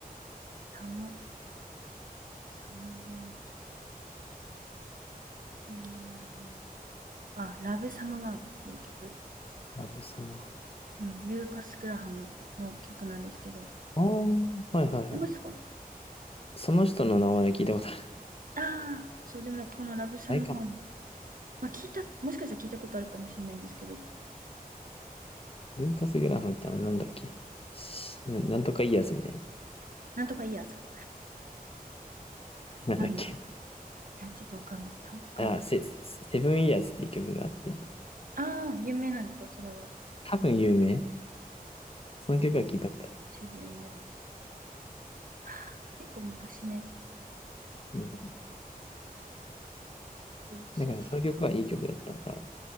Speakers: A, on the right (about 60°); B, on the left (about 40°).
A: サム、サムワン、うんあ、ラブサムワンっていう曲。
B: ラブサムは。
A: うん、ルーカス・グラハムの曲なんですけど。知っ
B: ああ、はいはいはい。
A: てますか
B: その人の名前は聞いたことある。
A: ああー、そう、でもなんかこのラブサムワン、
B: あれか。
A: まあ聞いた、もしかしたら聞いたことあるかもしれないんですけど、
B: ルーカス・グラハムってあのなんだっけ。しな、なんとかイヤーズみたいな。
A: なんとかいいやつ。
B: なんだっけ。
A: なんだえ、ちょっとわかんない。なんとかいい。
B: あ、セ、セブンイヤーズっていう曲があって、
A: ああ、有名なんですかそれは。
B: 多分有名。その曲は聞いたことある。
A: えー、セブンイヤーズ。ああ、結構昔のやつ。
B: うん。
A: おすす
B: だからその曲はいい曲だったから、